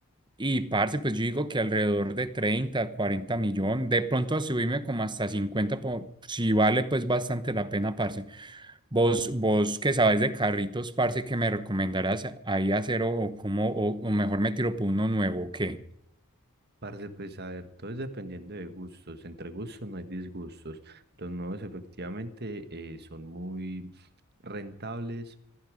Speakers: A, on the right; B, on the right.
A: Y, parce, pues yo digo que alrededor de 30 40 millones, de pronto a subirme como hasta 50 po- si vale pues bastante la pena, parce. Vos, vos que sabes de carritos, parce, que me recomendarás ahí hacer o, o cómo, o, o mejor me tiro por uno nuevo, ¿o qué?
B: Parce, pues a ver, todo es dependiendo de gustos. Entre gustos no hay disgustos. Los nuevos efectivamente eh, son muy rentables